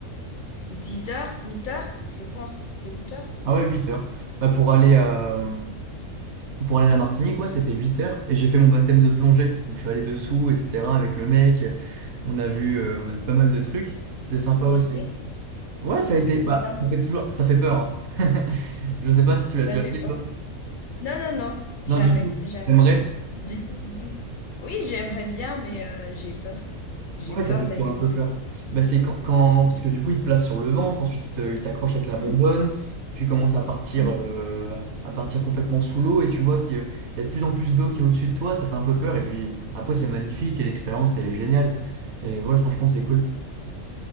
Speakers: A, on the left; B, on the right.
A: dix heures, 8 heures, je pense. C'est huit heures.
B: Ah ouais, 8 heures. Bah, pour aller à, pour aller à la Martinique, ouais, c'était 8 heures, et j'ai fait mon baptême de plongée. Donc je suis allé dessous, etc., avec le mec. On a vu, euh, on a vu pas mal de trucs. C'était sympa
A: Ça ça
B: aussi.
A: a été?
B: Ouais, ça a été.
A: C'est
B: Bah,
A: décembre
B: ça fait toujours. Ça fait peur. hein. <laughs> Je sais pas si tu l'as
A: Ça
B: déjà
A: fait
B: fait,
A: pas.
B: toi.
A: Non, non, non. Jamais,
B: Non, du tout.
A: jamais.
B: T'aimerais?
A: Du tout, du tout. Oui, j'aimerais bien, mais euh, j'ai peur. J'ai
B: Ouais,
A: peur
B: ça fait
A: d'aller
B: toujours un
A: au
B: peu
A: fond.
B: peur. Bah, c'est quand, quand- Parce que du coup, il te place sur le ventre, ensuite, il te- il t'accroche avec la
A: Mhm.
B: bonbonne. Tu commences à partir,
A: Mhm.
B: euh, à partir complètement sous l'eau et tu vois qu'il y a de plus en plus d'eau qui est au-dessus de toi. Ça fait un peu peur. Et puis après, c'est magnifique et l'expérience, elle est géniale. Et ouais, franchement, c'est cool.